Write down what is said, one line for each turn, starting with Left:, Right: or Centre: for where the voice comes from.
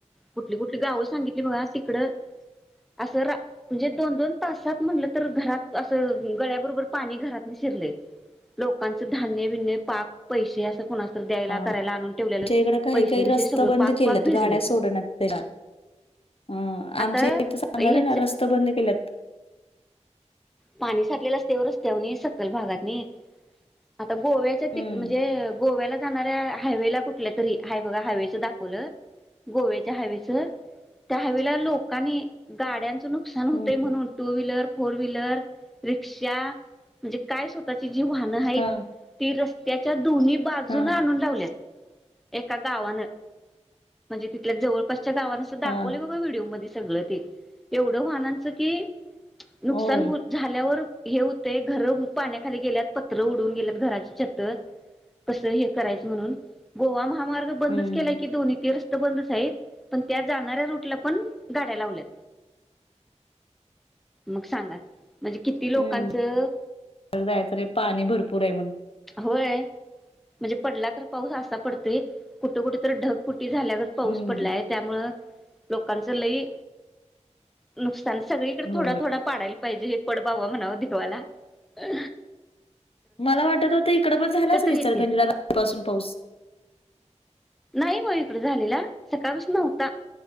Centre: कुठली कुठली गावं सांगितली बघा तिकडं, असं रा म्हणजे दोन दोन तासात म्हणलं तर घरात असं गळ्याबरोबर पाणी घरातन शी शिरलेत लोकांच धान्य, बिन्य पाक पैसे असं कोणा, तर द्यायला
Left: अ, आमच्या
Centre: करायला आणून ठेवलेलं
Left: इकडे काही
Centre: पैसे
Left: काही रस्त
Centre: बसे सगळं
Left: बंद
Centre: पाक
Left: केल्यात
Centre: पाक भिजले.
Left: गाड्या सोडनात त्याच्यात. अ
Centre: आता
Left: आमच्या इथं सांगाल
Centre: ह्याच
Left: ना रस्ते बंद केल्यात.
Centre: पाणी साठलेलं असतेव रस्त्यावर सकल भागात नी. त गोव्या
Left: हम्म
Centre: तिक म्हणजे गोव्याला, जाणाऱ्या हायवेला कुठल्या तरी हाय बघा हायवेचं दाखवलं गोव्याच्या हायवेचं त्या हायवेला लोकांनी गाड्यांचं नुकसान होतय
Left: हम्म
Centre: म्हणून two wheeler, four wheeler, rickshaw, म्हणजे काय स्वतःची जी वाहनं आहेत
Left: हा.
Centre: ती रस्त्याच्या दोन्ही बाजूनं
Left: हा
Centre: आणून लावल्यात. एका गावानं म्हणजे तिथल्या जवळपासच्या गावांन असं दाखवले
Left: हा
Centre: बघा व्हिडिओमध्ये सगळ ते एवढं वाहनांचं की नुकसान
Left: होय
Centre: हो झाल्यावर हे हुंतय, घरं पाण्याखाली गेल्यात, पत्र उडवून गेल्यात, घराची छत. कस हे करायचं म्हणून गोवा महामार्ग बंदच
Left: हम्म
Centre: केलाय की दोन्ही ते रस्ते बंदच आहेत पण त्या जाणाऱ्या रूटला पण गाड्या लावल्यात. मग सांगा? म्हणजे किती लोकांचं
Left: हम्म तर जायचं नाही पाणी भरपूर आहे म्हणून
Centre: होय म्हणजे पडला तर पाऊस असा पडतोय कुठ-कुठे तर ढगफु टी झाल्यागत पाऊस
Left: हम्म
Centre: पडलाय त्यामुळ, लोकांच लय नुक सान सगळीकडे थोडा
Left: होय
Centre: थोडा पाडायला पाहिजे. पड बाबा म्हणावं देवाला आआ
Left: मला वाटत होत इकडं पण झाला असल इचलकरंजीला
Centre: येतील
Left: रात्रीपासून पाऊस.
Centre: नाही बाई इकड झालेला, सकाळपासन नव्हता.